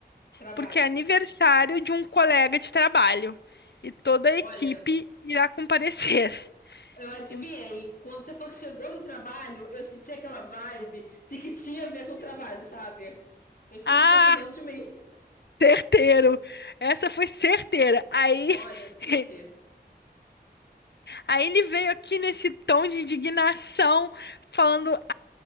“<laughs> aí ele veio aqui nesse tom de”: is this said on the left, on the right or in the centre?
Left